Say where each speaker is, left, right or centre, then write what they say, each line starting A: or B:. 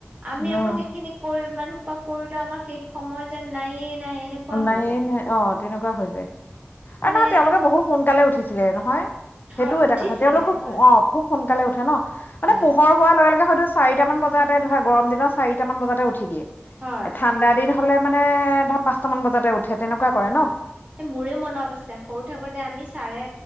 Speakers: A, on the right; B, on the left.
A: আমি
B: উম
A: আকৌ সেইখিনি কৰি মানুহ পা কৰিলে আমাৰ শেষ সময় যেন নায়েই। নাই, এনেকুৱা
B: অ নাই
A: হৈ যায়।
B: নাই অ তেনেকুৱা হৈ যায়।
A: মানে
B: আ, নহয় তেওঁলোকে বহুত সোনকালে উঠিছিলে, নহয়।
A: হয়
B: হেইটোও এটা
A: উঠিছিলে
B: কথা, তেওঁলোক খুব
A: হয়,
B: অ' খুব। সোনকালে উঠে ন? মানে
A: হয়,
B: পোহৰ হোৱাৰ লগে লগে। হয়তো চাৰিটামন বজাতে ধৰা, গৰম দিনৰ চাৰিটামান বজাতে উঠি দিয়ে।
A: হয়।
B: এ ঠাণ্ডা দিন। হলে মানে, ধৰা পাঁচ টা মান বজাতে উঠে। তেনেকুৱা কৰে ন
A: হয়, এ মোৰে মনত আছে, সৰুতে মানে আমি চাৰে